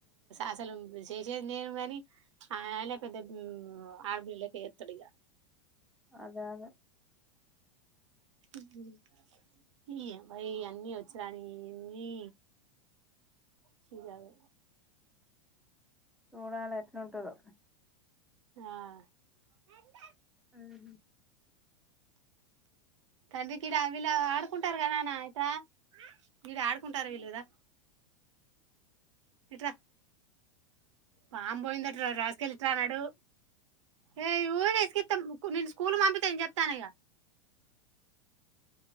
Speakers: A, on the right; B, in the centre.
A: అసలు చేసేది నేను కాని ఆయన పెద్ద ఆడపిల్లొలెక్క చేత్తాడు ఇగ
B: అదే అదే
A: మ్మ్ ఈ అబ్బాయి అన్ని వచ్చి రాని ఇన్ని సుజావు
B: చూడాల ఎట్లుంటదో
A: ఆ
B: మ్మ్ హ్మ్
A: తండ్రికిడ వీళ్ళ ఆడుకుంటారుకా నాన్న ఇట్రా ఈడ ఆడుకుంటారు వీళ్ళు రా ఇట్రా పామ్ పోయిందట రా రాస్కెల్ ఇట్రా నడు ఏ ఊక ఇసికిత్తే నిన్ను స్కూల్ మాన్పిత్త నేను చెప్తాను ఇగ